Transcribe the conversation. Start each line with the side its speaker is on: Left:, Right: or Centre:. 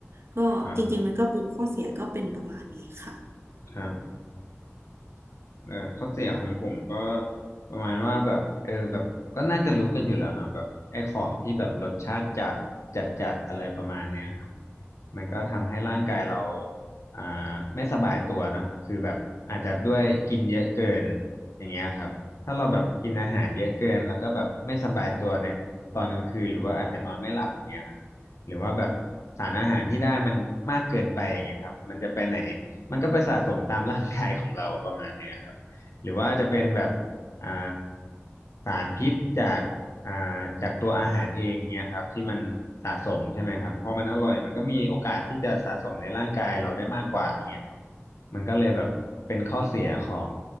Right: ก็จริงๆมันก็เป็นข้อเสียก็เป็นประมาณนี้ค่ะ
Left: ครับครับ เออข้อเสียของผมก็ประมาณว่าแบบเออแบบก็น่าจะรู้กันอยู่แล้วเนาะแบบไอ้ของที่แบบรสชาติจัดจัดจัดอะไรประมาณเนี้ยครับมันก็ทำให้ร่างกายเราอ่าไม่สบายตัวเนาะคือแบบอาจจะด้วยกินเยอะเกินอย่างเงี้ยครับถ้าเราแบบกินอาหารเยอะเกินแล้วก็แบบไม่สบายตัวในตอนกลางคืนหรือว่าอาจจะนอนไม่หลับอย่างเงี้ยครับหรือว่าแบบสารอาหารที่ได้มันมากเกินไปอย่างเงี้ยครับมันจะไปไหนมันก็ไปสะสมตามร่างกายของเราประมาณเนี้ยครับ หรือว่าจะเป็นแบบอ่าสารพิษจากอ่าจากตัวอาหารเองอย่างเงี้ยครับที่มันสะสมใช่ไหมครับพอมันอร่อยมันก็มีโอกาสที่จะสะสมในร่างกายเราได้มากกว่าอย่างเงี้ยครับมันก็เลยแบบเป็นข้อเสียของ